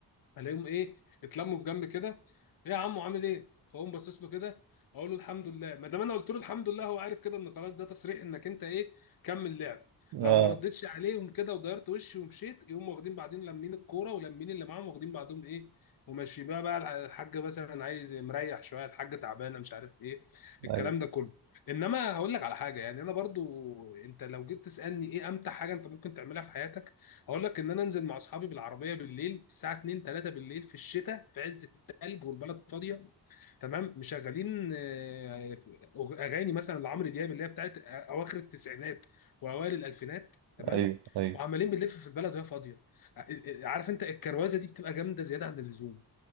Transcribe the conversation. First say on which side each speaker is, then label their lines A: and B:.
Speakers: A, on the left; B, on the right.
A: الاقيهم ايه اتلموا في جنب كده ايه يا عمو عامل ايه فاقوم باصص له كده اقول له الحمد لله ما دام انا قلت له الحمد لله هو عارف كده ان خلاص ده تصريح انك انت ايه كمل لعب
B: <laughs>
A: لو
B: اه
A: ما ردتش عليهم كده ودارت وشي ومشيت يقوم واخدين بعدين لمين الكوره ولمين اللي معاهم واخدين بعضهم ايه وماشي بقى بقى الحاجه مثلا عايز مريح شويه الحاجه تعبانه مش عارف ايه الكلام
B: ايوه
A: ده كله انما هقول لك على حاجه يعني انا برضو انت لو جيت تسالني ايه امتع حاجه انت ممكن تعملها في حياتك هقول لك ان انا انزل مع اصحابي بالعربيه بالليل الساعه 2 3 بالليل في الشتاء في عز الثلج والبلد فاضيه تمام مشغلين آه، أغ- اغاني مثلا لعمرو دياب اللي هي بتاعت اواخر التسعينات واوائل الالفينات تمام
B: ايوه ايوه
A: وعمالين بنلف في البلد وهي فاضيه ع- عارف انت الكروازه دي بتبقى جامده زياده عن اللزوم